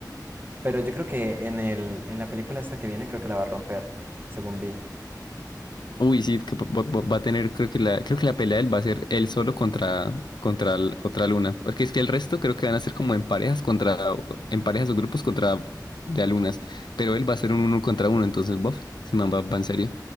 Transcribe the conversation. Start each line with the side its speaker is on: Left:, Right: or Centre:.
Right: Pero yo creo que en el, en la película esta que viene, creo que la va a romper, según vi.
Left: Uy, sí, que va, va- va a tener, creo que la, creo que la pelea de él va a ser él solo contra, contra el- otra luna. Porque es que el resto creo que van a ser como en parejas contra, en parejas o grupos contra de alunas. Pero él va a ser un uno contra uno, entonces, bof, ese man va, va en serio.